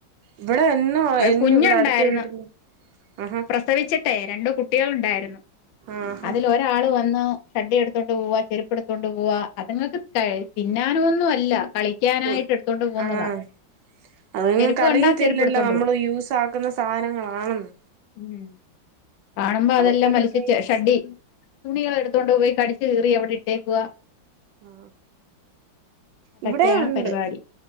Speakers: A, on the right (about 75°); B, on the left (about 80°).
A: ഇവിടെ എന്നോ
B: അത്
A: എന്നും
B: കുഞ്ഞുണ്ടായിരുന്നു
A: ഇവിടെ അടുത്ത വീട്ടില് ആഹാ
B: പ്രസവിച്ചിട്ടേ രണ്ടു കുട്ടികൾ ഉണ്ടായിരുന്നു
A: ആഹാ
B: അതിൽ ഒരാള് വന്ന് ഷഡ്ഢി എടുത്തോണ്ട് പോവാ ചെരുപ്പെടുത്തോണ്ട് പോവാ അതുങ്ങൾക്ക് തിന്നാനൊന്നും അല്ല കളിക്കാനായിട്ട്
A: ഒ
B: എടുത്തോണ്ട് പോകുന്നതാ
A: ആഹ് അത്ങ്ങൾക്ക്
B: ചെരുപ്പ്
A: അറിയത്തില്ലല്ലോ
B: കണ്ടാ ചെരുപ്പ് എടുത്തോണ്ട്
A: നമ്മൾ
B: പോകും
A: യൂസ ആക്കുന്ന സാധനങ്ങളാണെന്ന്
B: ഉം കാണുമ്പോ
A: അവർക്കൊരു
B: അതെല്ലാം വലിച്ച്ട്ട്
A: ക്രേസ്
B: ഷഡ്ഢി തുണികളെടുത്തോണ്ട് പോയി കടിച്ചു കീറി അവിടെ ഇട്ടേക്കുവാ
A: ആ
B: അതൊക്കെയാണ്
A: ഇവിടെം ഉണ്ട്
B: പരിപാടി